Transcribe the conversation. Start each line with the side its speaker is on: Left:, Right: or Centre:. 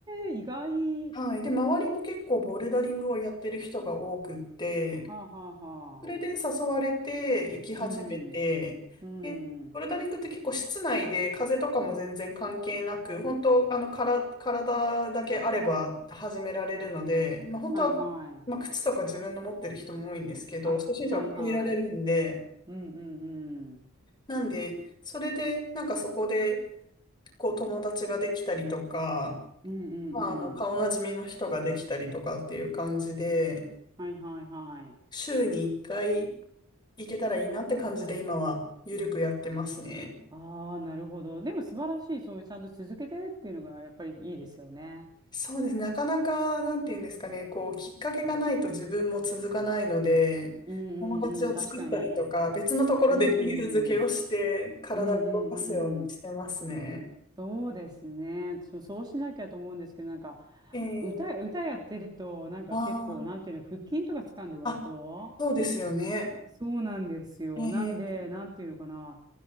Right: え、意外。
Left: はい。
Right: は
Left: で、周りも結構ボルダリングをやってる人が多くって、
Right: あ、はあは
Left: それで誘われて行き始めて、
Right: あ。うん。うん。
Left: で、ボルダリングって結構室内で風とかも全然関係なく、本当あのから体だけあれば始められるので、まあ本当は、
Right: はいはい。
Left: まあ、靴とか自分の持ってる人も多いんですけど、
Right: あ、
Left: 初心者は借りられるんで、
Right: はいはい。うんうんうん。
Left: なんで、それで、なんかそこで、こう友達ができたりとか、
Right: うんうんうん。
Left: まあ、あの、顔なじみの人ができたりとかっていう感じで、
Right: はいはいはい。
Left: 週に1回行けたらいいなって感じで今はゆるくやってますね。
Right: ああ、なるほど。でも素晴らしい、そういうちゃんと続けてるっていうのがやっぱりいいですよね。
Left: そうですね。なかなか、なんていうんですかね、こう、きっかけがないと自分も続かないので、
Right: うんうんうん、
Left: 友達を作ったりとか、
Right: 確かに。
Left: 別のところで理由付けをして、
Right: うん。うん
Left: 体を動かすようにしてますね。
Right: うんうん。そうですね。私もそうしなきゃと思うんですけど、なんか、
Left: えー、
Right: 歌、歌やってると、なんか結構、
Left: あー
Right: なんていうの、腹筋とか掴んで割と。
Left: あ、そうですよね。
Right: そうなんですよ。
Left: えー
Right: なんで、なんていうのかな。